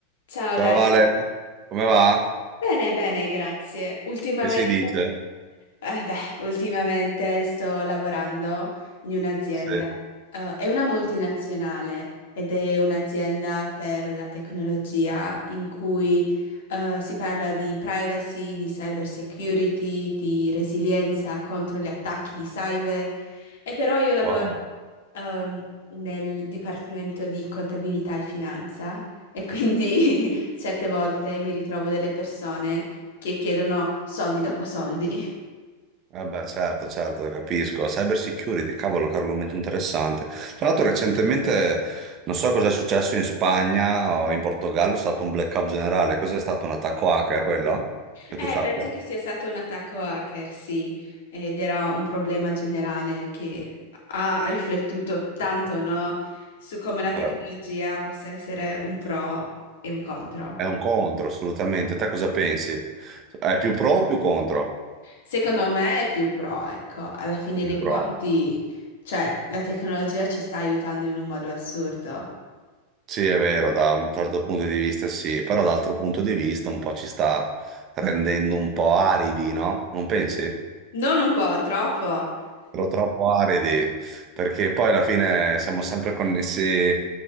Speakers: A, on the left; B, on the right.
A: Ciao
B: Ciao
A: Dani.
B: Vale, come va?
A: Bene, bene, grazie. Ultimamente,
B: Che si dice?
A: eh beh, ultimamente sto lavorando in un'azienda.
B: Sì.
A: Eh, è una multinazionale ed è un'azienda per la tecnologia in cui eh, si parla di privacy, di cyber security, di resilienza contro gli attacchi di cyber. E però io lavoro
B: Wow.
A: ehm, nel dipartimento di contabilità e finanza e quindi <laughs> certe volte mi ritrovo delle persone che chiedono soldi dopo soldi. <laughs>
B: Vabbè, certo, certo, capisco. Cyber security, cavolo, che argomento interessante. Tra l'altro, recentemente, non so cosa è successo in Spagna o in Portogallo, è stato un blackout generale. Cos'è stato un attacco hacker quello? Che
A: Eh,
B: tu sappia?
A: penso che sia stato un attacco hacker, sì, ed era un problema generale che ha riflettuto tanto, no, su come la tecnologia
B: Certo.
A: possa essere un pro e un contro.
B: È un contro, assolutamente. Te cosa pensi? È più pro o più contro?
A: Secondo me è più pro, ecco, alla fine
B: Più
A: dei
B: pro.
A: conti, cioè, la tecnologia ci sta aiutando in un modo assurdo.
B: Sì, è vero, da un certo punto di vista sì, però dall'altro punto di vista un po' ci sta rendendo un po' aridi, no? Non pensi?
A: Non un po', troppo.
B: Però troppo aridi, perché poi alla fine siamo sempre connessi